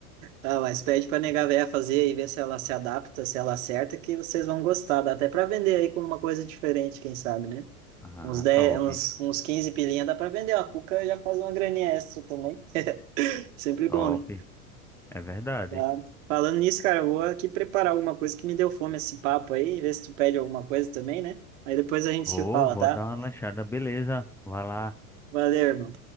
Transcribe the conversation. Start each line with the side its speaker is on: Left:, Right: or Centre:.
Right: Ah, mas pede pra nega véia fazer e ver se ela se adapta, se ela acerta, que vocês vão gostar. Dá até pra vender aí com uma coisa diferente, quem sabe, né?
Centre: Ah,
Right: Uns 10,
Centre: top,
Right: uns, uns 15 pilinha dá pra vender. A cuca já faz uma graninha extra também. <laughs> Sempre bom,
Centre: top.
Right: né?
Centre: É verdade.
Right: Tá. Falando nisso, cara, eu vou aqui preparar alguma coisa que me deu fome esse papo aí, ver se tu pede alguma coisa também, né? Aí depois a gente
Centre: Vou,
Right: se fala,
Centre: vou
Right: tá?
Centre: dar uma lanchada, beleza. Vai lá.
Right: Valeu, irmão.